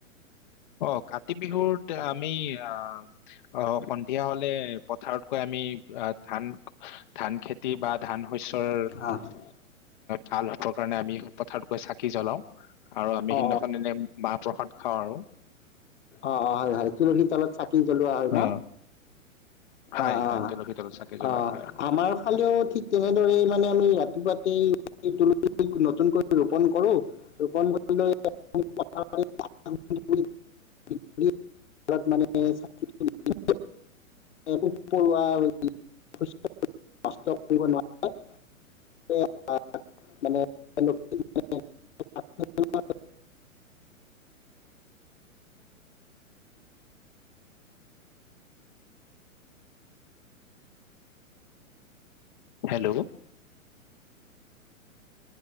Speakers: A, on the left; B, on the left.
A: অ কাতি বিহুত আমি অ অ সন্ধিয়া হলে পথাৰত গৈ আমি অ ধান ধান খেতি বা ধান শস্যৰ
B: অ
A: ভাল হ'বৰ কাৰণে আমি পথাৰত গৈ চাকি জলাওঁ আৰু আমি সিদিনাখন
B: অ
A: দিনেই মাহ প্ৰসাদ খাওঁ আৰু
B: অ অ হয় হয় তুলসী তলত চাকি জ্বলোৱা হয় ন
A: অ হয়
B: অ
A: হয়
B: অ
A: তুলসী তলত চাকি জ্বলোৱা
B: অ
A: হয়
B: আমাৰ ফালেও ঠিক তেনেদৰে মানে আমি ৰাতিপুৱা তুলসি নতুনকৈ ৰোপন কৰো ৰোপন কৰি লৈ আমি পাথাৰত পাত তামোল দিবলৈ <inaudible>
A: হেল্ল'